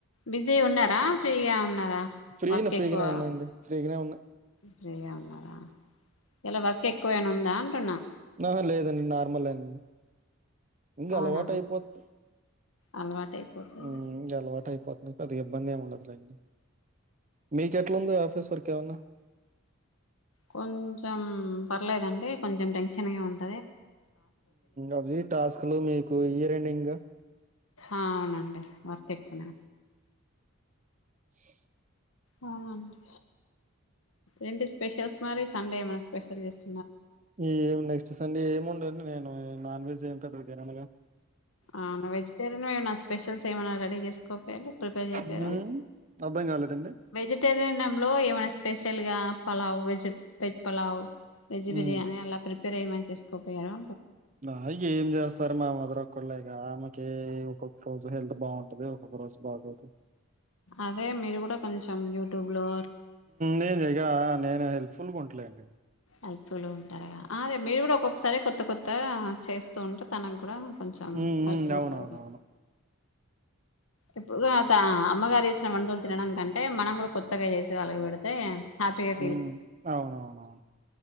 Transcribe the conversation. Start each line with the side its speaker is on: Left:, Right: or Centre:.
Left: బిజీ ఉన్నర్ హా ఫ్రీగా ఉన్నారా.
Right: ఫ్రీనే
Left: వర్క్
Right: ఫ్రీగానే
Left: ఎక్కువ
Right: ఉన్నా అండి ఫ్రీగానే ఉన్నా.
Left: ఫ్రీగా ఉన్నారా. ఇలా వర్క్ ఎక్కువైనా ఉందా. అంటున్న.
Right: ఆహ లేదండి నార్మలైంది ఇంగా
Left: అవునా
Right: అలవాటు అయిపోతతి
Left: అలవాటు అయిపోతుంది
Right: ఉ ఇంగ అలవాటు అయిపోతి. ఇక పెద్దగా ఇబ్బంది ఏమి ఉండదులేండి. మీకు ఎట్లుంది ఆఫీస్ వర్క్. ఇంకెవన్న
Left: కొంచెం పర్లేదండి కొంచెం టెన్షన్ గా ఉంది.
Right: అవి టాస్క్లు మీకు ఇయర్ ఎండింగ్.
Left: ఆ అవునండి. వర్క్ ఎక్కువనా.
Right: స్
Left: అవునండి ఏంటి స్పెషల్స్ మరి సండే ఏమైన్నా స్పెషల్ చేసు
Right: ఈ ఏం నెక్స్ట్ సండే ఏమి ఉండదు నేను నాన్ వెజ్ ఏం తినను. తిననుగా.
Left: అవును వెజిటేరియన్అన్నా స్పెషల్స్. ఏమైన్నా రెడీ చేసుకోపోయిళ్లు. ప్రిపేర్ చెపారా
Right: హ్మ్ అర్థం కాలేదండి
Left: వెజిటేరియన్లో ఏమన్నా స్పీ. తెలుగా pulao veg veg pulao veg
Right: హ్మ్
Left: బిర్యాని అలా ప్రి ప్రేమని చేసుకోపోయారా.
Right: అ ఏంచేస్తార మావ మదరక్కళలేఫ్. ఆమెకి ఒక్కొక్క రోజు హెల్త్ బాగుంటది ఒక్కొక్క రోజు బాగోదు.
Left: అదే మీరుకూడా కొంచెం యూట్యూబ్ లో
Right: నేనుగ నేను హెల్పఫుల్గా ఉంట. లెండి.
Left: హెల్పఫుల్ ఉంటారా అదే మీరు కూడా ఒక్కొక్కసారి కొత్త కొత్త గా చేస్తూ ఉంటే తనకు కూడా. కొంచెం
Right: ఉ ఉ
Left: హెల్ప్గా
Right: అవునువున్వును.
Left: ఉంటుంది ఇప్పుడు అమ్మగారు వేసిన వంటలు తినడం కంటే మనం కూడా కొత్తగా చేసి వాళ్ళకి పెడితే. హ్యాపీగా
Right: ఉ అవునవునవును